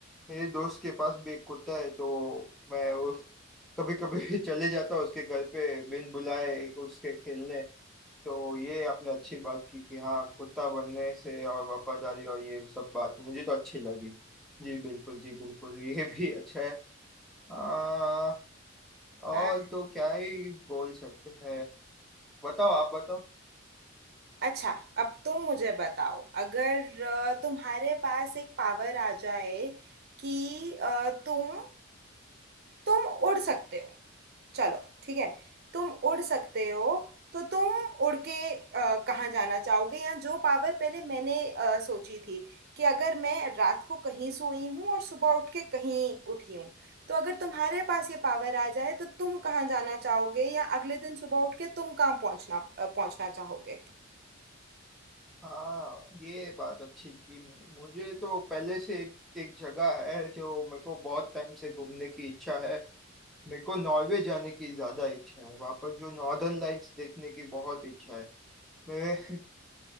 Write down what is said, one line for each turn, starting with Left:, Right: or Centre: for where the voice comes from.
Centre: मेरे दोस्त के पास भी एक कुत्ता है तो मैं उस कभी कभी <laughs> चले जाता हूँ उसके घर पे बिन बुलाए उसके खेलने तो ये आपने अच्छी बात की कि हाँ कुत्ता बनने से और वफादारी और ये सब बात मुझे तो अच्छी लगी जी बिल्कुल जी बिल्कुल ये भी अच्छा है आ, और
Right: हाँ
Centre: तो क्या ही बोल सकते हैं बताओ आप बताओ
Right: अच्छा अब तुम मुझे बताओ अगर अ, तुम्हारे पास एक पावर आ जाए कि अ, तुम तुम उड़ सकते हो चलो ठीक है तुम उड़ सकते हो तो तुम उड़ के अ, कहाँ जाना चाहोगे या जो पावर पहले मैंने अ, सोची थी कि अगर मैं रात को कहीं सोई हूँ और सुबह उठ के कहीं उठी हूँ तो अगर तुम्हारे पास ये पावर आ जाए तो तुम कहाँ जाना चाहोगे या अगले दिन सुबह उठ के तुम कहाँ पहुँचना अ, पहुँचना चाहोगे
Centre: हाँ ये बात अच्छी की मैं- मुझे तो पहले से एक एक जगह है जो मेरे को बहुत टाइम से घूमने की इच्छा है मेरे को नॉर्वे जाने की ज्यादा इच्छा है वहाँ पर जो नॉर्दर्न लाइट्स देखने की बहुत इच्छा है मैं